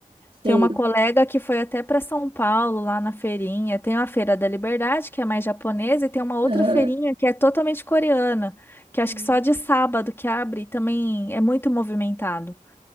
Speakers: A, on the right; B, on the left.
A: Sim.
B: Tem uma colega que foi até para São Paulo, lá na feirinha. Tem a Feira da Liberdade, que é mais japonesa, e tem uma outra
A: Aham.
B: feirinha que é totalmente coreana, que acho
A: Hum.
B: que só de sábado que abre e também é muito movimentado.